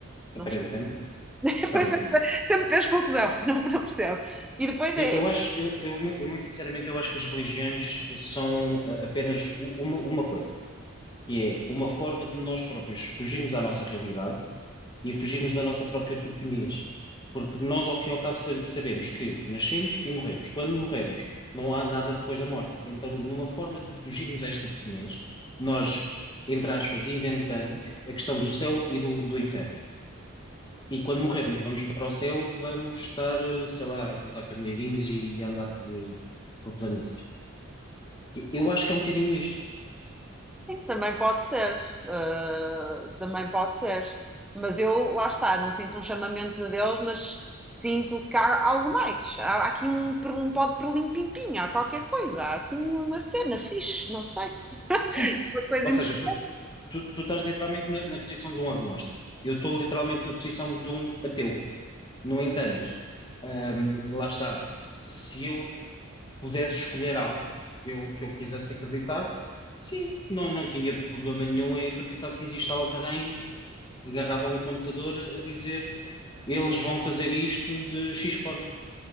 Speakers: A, in the centre; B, on the left.
A: Não
B: Aparentemente,
A: percebo.
B: aparentemente.
A: Foi sempre, sempre fez confusão, <laughs> não, não percebo. E depois
B: Eu,
A: é,
B: eu
A: é-
B: acho, eu, eu mu- eu muito sinceramente, eu acho que as religiões são ah, apenas u- uma, uma coisa. que é uma forma de nós próprios fugirmos à nossa realidade e fugirmos da nossa própria pequenez. Porque nós, ao fim e ao cabo, sa- sabemos que nascemos e morremos. Quando morrermos, não há nada depois da morte. Então, numa forma de fugirmos a esta pequenez, nós, entre aspas, inventamos a questão do céu e do, do inferno. E quando morrermos, vamos para o céu, vamos estar, eh, sei lá, a contar carneirinhos e a andar por, eh, por planícies. E- Eu acho que é um bocadinho isto.
A: sim, também pode ser, ah, também pode ser. Mas eu, lá está, não sinto um chamamento de Deus, mas sinto que há algo mais. Há, há aqui um, per- um pó de perlim-pim-pim, há qualquer coisa, há assim uma cena fixe, não sei,
B: Sim.
A: uma coisa
B: Ou
A: interessante.
B: seja, tu, tu estás literalmente na, na posição de um agnóstico. Eu estou literalmente na posição de um ateu. No entanto, hum, lá está. Se eu pudesse escolher algo que eu, que eu quisesse acreditar, sim, não, não tinha problema nenhum em acreditar que existe alguém agarrado a um computador a a dizer eles vão fazer isto de X forma.